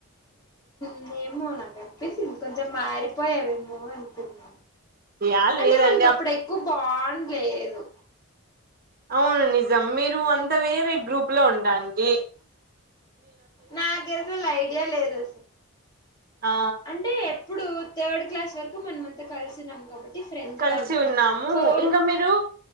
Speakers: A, on the left; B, on the right.
A: ము ఏమో నాకు అనిపించింది కొంచెం మారిపోయావేమో అనుకున్న
B: యాడ
A: అంటే
B: లేదండి
A: మనకు అప్పుడు ఎక్కువ బాండ్ లేదు
B: అవును నిజం మీరు అంతా వేరే గ్రూప్ లో ఉంటాండి
A: నాకు అసలు ఐడియా లేదు
B: ఆ
A: అంటే ఎప్పుడు థర్డ్ క్లాస్ వరకు మనంమంతా కలిసున్నాం కాబట్టి ఫ్రెండ్స్
B: కలిసి
A: గా ఉన్నాం
B: ఉన్నాము
A: ఫోర్త్
B: ఇంక మీరు